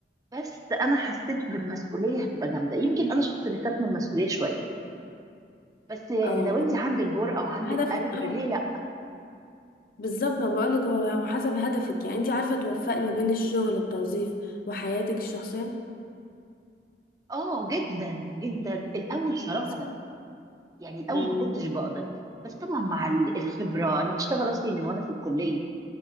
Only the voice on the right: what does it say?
بس أنا حسيت بالمسؤولية هتبقى جامدة يمكن أنا شخص بيخاف من المسؤولية شوية بس
لو أنت عندك جرأة وعندك
قلب
ليه لأ؟
آه جدا جدا الأول صراحة
لأ
يعني الأول
ما كنتش بقدر بس طبعا مع ال- الخبرة أنا بشتغل أصلي من وأنا في الكلية